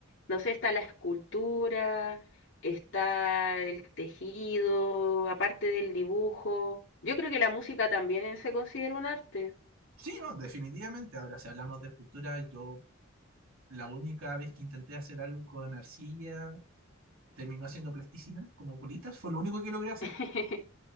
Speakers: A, on the left (about 60°); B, on the right (about 85°).
A: no sé, está la escultura, está el tejido, aparte del dibujo. Yo creo que la música también se considera un arte.
B: Sí, no, definitivamente. Ahora, si hablamos de escultura, yo la única vez que intenté hacer algo con arcilla terminó haciendo plasticina, como bolitas, fue lo único que logré hacer.
A: <laughs>